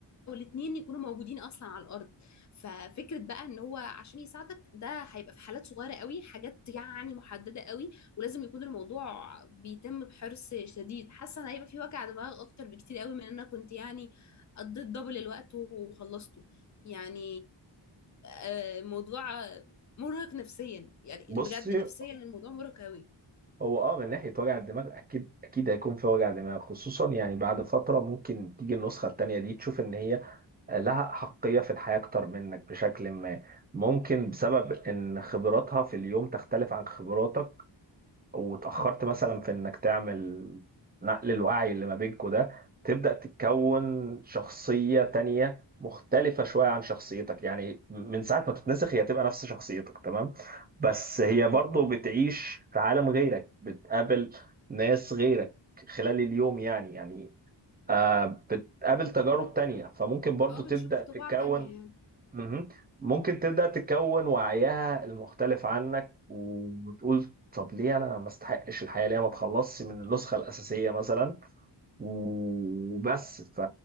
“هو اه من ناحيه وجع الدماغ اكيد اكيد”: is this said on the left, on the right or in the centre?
Right